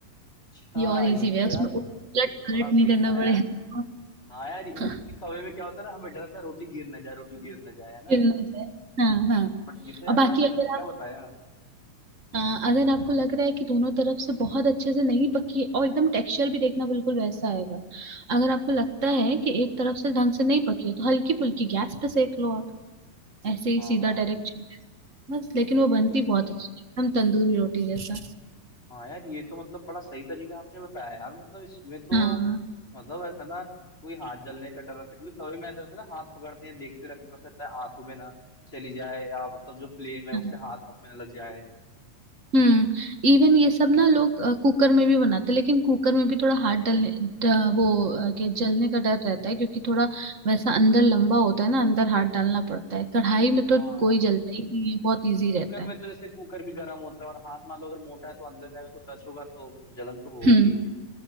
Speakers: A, on the left (about 15°); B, on the right (about 40°).
A: अच्छा
B: ये और इजी
A: ये तो
B: वे है उसमें
A: यार
B: उलट पलट
A: बड़ा सही
B: नहीं करना
A: बताया
B: पड़ेगा
A: यार हाँ यार ये- क्योंकि
B: <laughs>
A: तवे में क्या होता है ना हमें डर लगता है रोटी गिर ना जाए रोटी गिर ना जाए है ना
B: फिर ना जाए हाँ हाँ
A: बट ये तो यार
B: और बाकी
A: बड़ा सही
B: अगर
A: तरीका
B: आप
A: बताया
B: हाँ, अगर आपको लग रहा है कि दोनों तरफ से बहुत अच्छे से नहीं पकी है और एकदम टेक्सचर भी देखना बिल्कुल वैसा आएगा अगर आपको लगता है कि एक तरफ से ढंग से नहीं पकी है तो हल्की फुल्की गैस पे सेक लो ऐसे ही
A: हाँ
B: सीधा डायरेक्ट छूट है बस लेकिन वो बनती
A: ये कर सकते
B: बहुत अच्छी
A: हैं
B: है, हम तंदूरी रोटी जैसा
A: हाँ यार ये तो मतलब बड़ा सही तरीका आपने बताया यार मतलब इसमें तो
B: हाँ
A: मतलब है ना कोई हाथ जलने का डर रहता है क्योंकि तवे में ऐसा रहता है ना हाथ पकड़ते हैं देखते रहते हैं तो ऐसा रहता है आंखों में ना चली जाए या मतलब जो फ्लेम है
B: हाँ
A: उसे हाथ आप में ना लग जाए
B: हम्म इवन ये सब ना लोग अ, कुकर में भी बनाते लेकिन कुकर में भी थोड़ा हाथ डलने ड- वो अ, के जलने का डर रहता है क्योंकि थोड़ा वैसा अंदर लंबा होता है ना अंदर हाथ डालना पड़ता है कढ़ाई में
A: हाँ
B: तो कोई जलता ही नहीं है बहुत इजी
A: कुकर
B: रहता
A: में
B: है
A: तो जैसे कुकर भी गर्म होता है और हाथ मान लो अगर मोटा है तो अंदर जाएगा तो टच होगा तो जलन तो होगी
B: हम्म